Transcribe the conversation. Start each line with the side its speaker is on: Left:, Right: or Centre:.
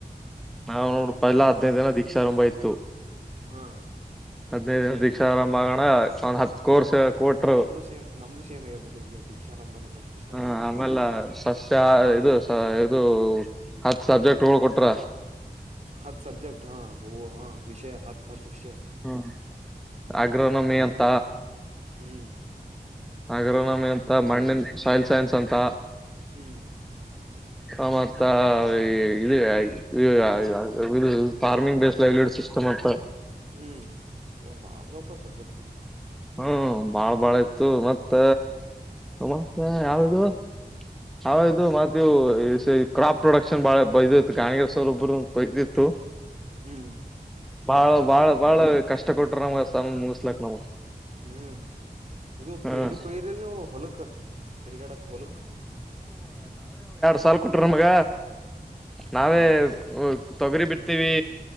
Centre: ನಾವ್ ನೋಡ್ಪ ಎಲ್ಲಾ ಹದಿನೈದು ದಿನ ದೀಕ್ಷ ಆರಂಭ ಇಯ್ತು
Right: ಹಾ.
Centre: ಹದಿನೈದು ದಿನ ದೀಕ್ಷಾ ಆರಂಭ ಆಗೋಣ ಒಂದ್ ಹತ್ತು ಕೋರ್ಸ್. ಕೊಟ್ರು
Right: ನಮ್ದು ಸೇಮ್ ನಮ್ದು ಸೇಮ್ಗಲ್ಲ ನೋಡಿ ಹೀಗೆ ದೀಕ್ಷಾರಂಭನಿ ಫಸ್ಟ್ ಸ್ಟಾರ್ಟಿಂಗ್
Centre: ಹಾ ಆಮೇಲೆ ಸಸ್ಯ ಇದು ಸ ಇದು ಹತ್ತು ಸಬ್ಜೆಕ್ಟ್ ಳ್ ಕೊಟ್ರ
Right: ಹತ್ ಸಬ್ಜೆಕ್ಟ್ ಹಾ ಹೂ ವಿಷಯ ಹತ್ ಹತ್ ವಿಷಯ
Centre: ಹ್ಮ
Right: ಹ್ಮ್
Centre: ಆಗ್ರ ನಮಿ ಅಂತ
Right: ಹ್ಮ್
Centre: ಹಾಗ್ರನಮಿ
Right: ಅಗರ್ನ
Centre: ಅಂತ ಮಣ್ಣಿನ ಸೈಲ್ ಸೈನ್ಸ್ ಅಂತ
Right: ಹ್ಮ್
Centre: ಹ ಮತ್ತ ಇ ಇದ್ ಯ ಇಯ ಫಾರ್ಮಿಂಗ್ ಬೇಸ್ಡ್ ಲೈವ್ಲಿಡ್ ಸಿಸ್ಟಮ್ ಅತ್ತ
Right: ಹ್ಮ್ ಈಗ ಬಾಳ ದಪ್ಪ ಸಬ್ಜೆಕ್ಟ್
Centre: ಹ್ಮ ಭಾಳ್ ಭಾಳ ಇತ್ತು ಮತ್ತ ಮತ್ತೆ ಯಾವದು ಹೌದು ಮತ್ತ ಕ್ರಾಪ್ ಪ್ರೊಡಕ್ಷನ್ ಬಾಳ ಬೈದತ್ತು ಕಾಂಗೆಸ್ವರ ಒಬ್ಬರು ಬೈದಿತ್ತು
Right: ಹ್ಮ್
Centre: ಭಾಳ
Right: ಗಾಳಿ
Centre: ಭಾಳ ಭಾಳ ಕಷ್ಟ ಕೊಟ್ರ ನಮ್ ಮುಗಿಸಲಕ್ ನ್
Right: ಹ್ಮ್ ಇದು
Centre: ಹ್ಮ
Right: ಇದು ಕೊಯರಿಲ್ ಹೊಲಕ್ ತಿರುಗಾಡಕ್ ಹೊಲಕ್
Centre: ಸಾಲ್ ಕೊಟ್ರ ಮಗ
Right: ಹ್ಮ್
Centre: ನಾವೇ ಹ್ಮ ತೊಗರಿ ಬಿಡ್ತೀವಿ